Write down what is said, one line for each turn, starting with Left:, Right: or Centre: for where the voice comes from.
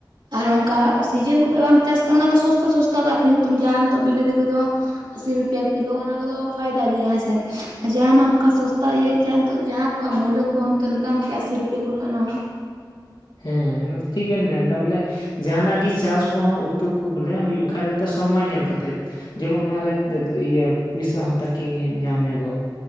Right: ᱟᱨ ᱚᱱᱠᱟ ᱥᱤᱡᱮᱱ ᱠᱚᱨᱮ ᱵᱟᱢ ᱪᱟᱥ ᱠᱟᱜ ᱚᱱᱟ ᱫᱚ ᱥᱚᱥᱛᱟ ᱥᱚᱥᱛᱟ ᱫᱚ ᱟᱠᱷᱨᱤᱧ ᱦᱩᱭᱩᱜ ᱛᱟᱢᱟ ᱡᱟᱦᱟᱸ ᱱᱤᱛᱚᱜ ᱵᱤᱞᱟᱹᱛᱤ ᱠᱚᱫᱚ ᱟᱥᱤ ᱨᱩᱯᱤᱭᱟ ᱠᱤᱞᱳ ᱚᱱᱟ ᱠᱚᱫᱚ ᱯᱷᱟᱭᱫᱟ ᱜᱮᱭᱟ ᱦᱮᱥᱮ ᱡᱟᱦᱟᱱᱟᱜ ᱚᱱᱠᱟ ᱥᱚᱥᱛᱟ ᱤᱭᱟᱹ ᱪᱟᱜ ᱱᱤᱛᱚᱜ ᱡᱟᱦᱟᱸ ᱠᱚᱣᱟᱜ ᱢᱩᱞᱟᱹ ᱠᱚᱦ ᱱᱤᱛᱚᱜ ᱫᱟᱢ ᱥᱮ ᱟᱥᱤ ᱨᱩᱯᱤᱭᱟ ᱠᱚᱢᱚᱜ-ᱟ ᱱᱟᱝ
Left: ᱦᱮ ᱚᱱᱟ ᱫᱚ ᱴᱷᱤᱠ ᱜᱮᱵᱚᱱ ᱢᱮᱱᱫᱟ ᱵᱚᱞᱮ ᱡᱟᱦᱟᱱᱟᱜ ᱜᱮ ᱪᱟᱥ ᱠᱚᱦᱚᱸ ᱩᱛᱩ ᱠᱚ ᱵᱚᱞᱮ ᱦᱩᱭᱩᱜ ᱠᱷᱟ ᱡᱟᱛ ᱥᱚᱢᱚᱭ ᱧᱮᱞ ᱠᱟᱛᱮᱫ ᱡᱮᱢᱚᱱ ᱚᱱᱟᱨᱮ <unintelligible> ᱤᱭᱟᱹ ᱯᱚᱭᱥᱟ ᱦᱚ ᱛᱟᱠᱤ ᱧᱟᱢ ᱧᱚᱜᱚᱜ